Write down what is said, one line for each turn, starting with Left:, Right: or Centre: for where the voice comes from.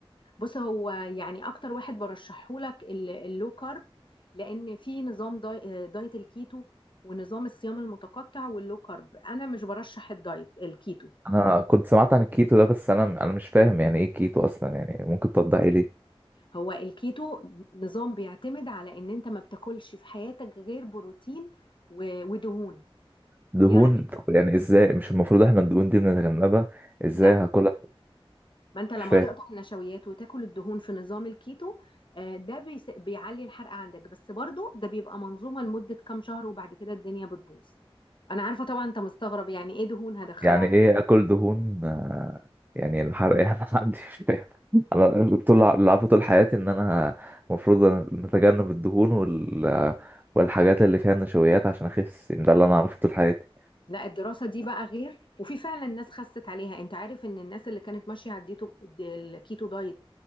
Left: بص هو يعني اكتر واحد برشحه لك اللو كارب لان في نظام داي... دايت الكيتو ونظام الصيام المتقطع واللو كارب انا مش برشح الدايت الكيتو
Right: انا كنت سمعت عن الكيتو ده بس انا انا مش فاهم يعني ايه كيتو اصلا يعني ممكن توضحي لي
Left: هو الكيتو نظام بيعتمد على ان انت ما بتاكلش في حياتك غير بروتين و- ودهون
Right: دهون
Left: يعني
Right: طب يعني ازاي مش المفروض احنا الدهون دي بنتجنبها ازاي
Left: لا
Right: هاكلها
Left: ما انت لما
Right: مش فاهم
Left: تقطع النشويات وتاكل الدهون في نظام الكيتو آه، ده بيس- بيعلي الحرق عندك بس برضو ده بيبقى منظومة لمدة كام شهر وبعد كده الدنيا بتبوظ انا عارفة طبعا انت مستغرب يعني ايه دهون هدخلها
Right: يعني
Left: في
Right: ايه
Left: دايت
Right: اكل دهون آه، يعني الحرق يعني <laughs> ما عنديش فاهم انا طول اللي عارفه طول حياتي ان انا المفروض نتجنب الدهون وال والحاجات اللي فيها نشويات عشان اخس يعني ده اللي انا عارفه طول حياتي
Left: لا الدراسة دي بقى غير وفي فعلا ناس خست عليها انت عارف ان الناس اللي كانت ماشية على الديتو د- الكيتو دايت